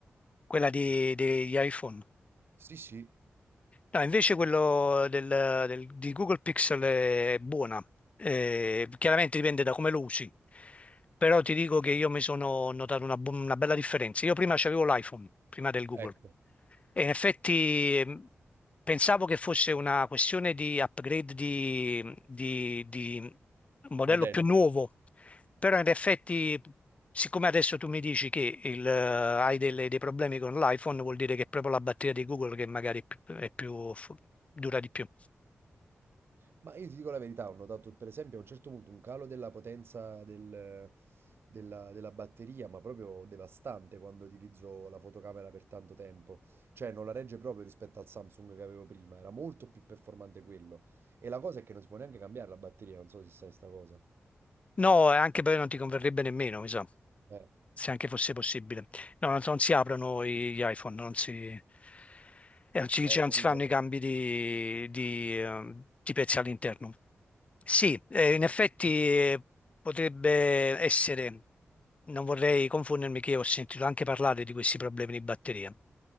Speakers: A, on the left; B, on the right.
A: quella di- degli iPhone.
B: Sì, sì,
A: No, invece quello del- del- di Google Pixel è buona, Eh, chiaramente dipende da come lo usi, però ti dico che io mi sono notato una, bu- una bella differenza. Io prima avevo l'iPhone, prima del Google,
B: ecco,
A: e in effetti ehm, pensavo che fosse una questione di upgrade di, di- di un modello
B: modelli.
A: più nuovo, però in effetti, siccome adesso tu mi dici che il, eh, hai delle- dei problemi con l'iPhone, vuol dire che è proprio la batteria di Google che magari è più, è più fu- dura di più.
B: Ma io ti dico la verità, ho notato per esempio a un certo punto un calo della potenza del- della, della batteria, ma proprio devastante quando utilizzo la fotocamera per tanto tempo. Cioè non la regge proprio rispetto al Samsung che avevo prima, era molto più performante quello. E la cosa è che non si può neanche cambiare la batteria, non so se sai sta cosa.
A: No, eh, anche poi non ti converrebbe nemmeno, mi sa,
B: Eh,
A: se anche fosse possibile. No, non, so, non si aprono i- gli iPhone, non si, eh, non si,
B: eh,
A: cioè, non
B: capito?
A: si fanno i cambi di, di, eh, di pezzi all'interno. Sì, eh, in effetti eh, potrebbe essere, non vorrei confondermi che ho sentito anche parlare di questi problemi di batteria,